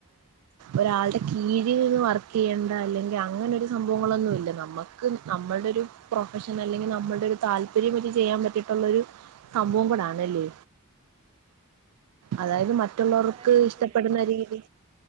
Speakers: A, on the right (about 80°); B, on the right (about 25°).
A: ഒരാളുടെ കീഴിൽ നിന്ന് വർക്ക് ചെയ്യേണ്ട അല്ലെങ്കിൽ അങ്ങനെ ഒരു സംഭവങ്ങളൊന്നുമില്ല നമ്മൾ ക്ക്നമ്മളുടെ ഒരു പ്രൊഫഷൻ അല്ലെങ്കിൽ നമ്മുടെ ഒരു താല്പര്യം ചെയ്യാൻ പറ്റിയിട്ടുള്ള ഒരു. സംഭവം കൂടണല്ലേ അതായത് മറ്റുള്ളവർക്ക്
B: അങ്ങനെ പറയാൻ പറ്റത്തില്ല
A: ഇഷ്ട രീതി